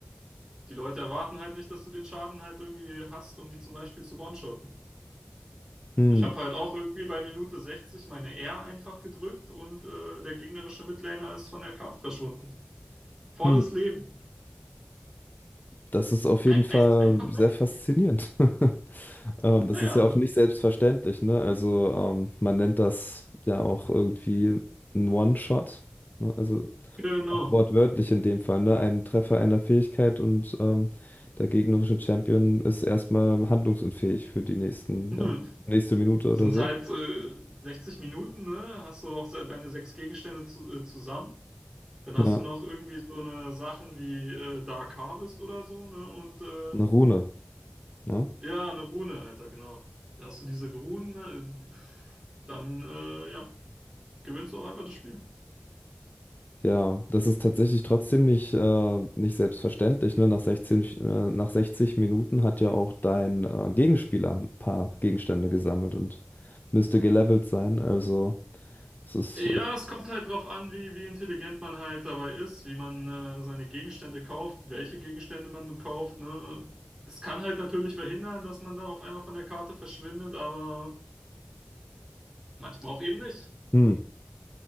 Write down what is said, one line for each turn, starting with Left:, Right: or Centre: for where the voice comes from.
Right: Die Leute erwarten halt nicht, dass du den Schaden halt irgendwie hast, um die zum Beispiel zu one-shotten.
Left: hm,
Right: Ich habe halt auch irgendwie bei Minute 60 meine R einfach gedrückt und äh, der gegnerische Midlaner ist von der Karte verschwunden. volles
Left: hm,
Right: Leben.
Left: das ist auf jeden
Right: Ein,
Left: Fall
Right: ein, einfach
Left: sehr
Right: weg.
Left: faszinierend. <laughs> Ähm, das
Right: Ja,
Left: ist ja auch nicht selbstverständlich, ne? Also ähm, man nennt das ja auch irgendwie ein One-Shot. Ne? Also
Right: genau.
Left: Auch wortwörtlich in dem Fall, ne? Ein Treffer einer Fähigkeit und ähm, der gegnerische Champion ist erstmal handlungsunfähig für die nächsten,
Right: Hm.
Left: ja, nächste Minute oder
Right: Das sind
Left: so.
Right: halt äh, 60 Minuten, ne? Hast du auch se- deine sechs Gegenstände zu, äh, zusammen. Dann hast
Left: Ja,
Right: du noch irgendwie so eine Sachen wie äh, Dark Harvest oder so, ne? Und äh,
Left: eine Rune, ne?
Right: ja, eine Rune, Alter, genau. Da hast du diese Runen, ne? Dann äh, ja, gewinnst du auch einfach das Spiel.
Left: Ja, das ist tatsächlich trotzdem nicht, äh, nicht selbstverständlich, ne? Nach 16, äh, nach 60 Minuten hat ja auch dein äh, Gegenspieler ein paar Gegenstände gesammelt und müsste gelevelt sein. Also, es ist,
Right: Ja,
Left: äh,
Right: es kommt halt drauf an, wie, wie intelligent man halt dabei ist, wie man äh, seine Gegenstände kauft, welche Gegenstände man kauft, ne? Es kann halt natürlich verhindern, dass man da auf einmal von der Karte verschwindet, aber manchmal auch eben nicht.
Left: hm.